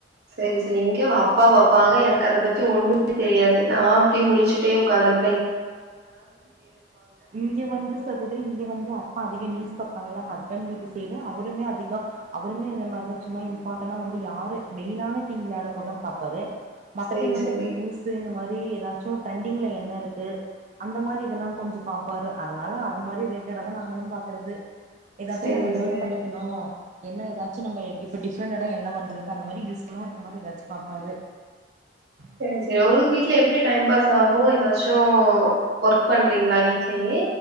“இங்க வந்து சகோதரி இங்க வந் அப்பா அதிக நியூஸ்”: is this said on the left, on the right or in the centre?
Right